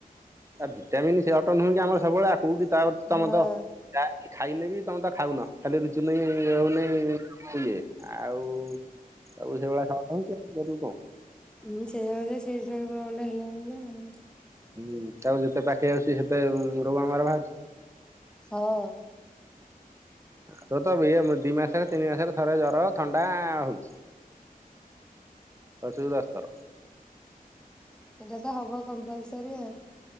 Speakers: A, on the right; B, in the centre.
A: ଆଉ ଭିଟାମିନ ସେଆତ ନୁହଁ କି ଆମର ସବୁବେଳେ ଆଉ କୋଉଠି ତା ତମର
B: ହଁ।
A: ତ ଯାହାକି ଖାଇନେ ବି ତମେ ତ ଖାଉନ ଖାଲି ରୁଚୁ ନାହିଁ ଇଏ ହଉନାହିଁ, ଇଏ ଆଉ ସବୁ ସେଇଭଳିଆ ଶର୍ଟ ହଉଛି ଆଉ କରିବି କଣ?
B: ହଁ ସେୟା ବୋଧେ ସେଇଥିପାଇଁ କଣ ଗୋଟେ ହେଲା ବୋଧେ ଆଉ।
A: ହୁଁ, ତାକୁ ଯେତେ ପାଖେଇ ଆସୁଛି ସେତେ ରୋଗ ଆମର ବାହାରିଛି।
B: ହଁ
A: ତୋର ତ ଏୟା ଦି ମାସରେ, ତିନି ମାସରେ ଥରେ ଜର, ଥଣ୍ଡା ହଁ, ହଉଛି ଦଶରୁ ଦଶ ଥର।
B: ଏଇଟା ତ ହବ କମ୍ପଲସରୀ ଆଉ।